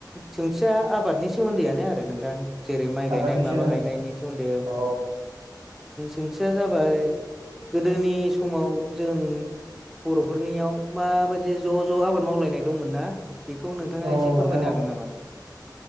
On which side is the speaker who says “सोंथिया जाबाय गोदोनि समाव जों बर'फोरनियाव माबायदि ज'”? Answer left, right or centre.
Centre